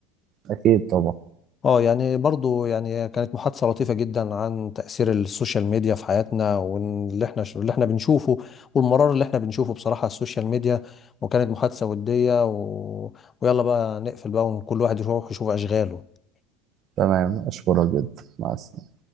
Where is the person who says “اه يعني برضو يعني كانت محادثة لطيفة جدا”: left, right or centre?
Left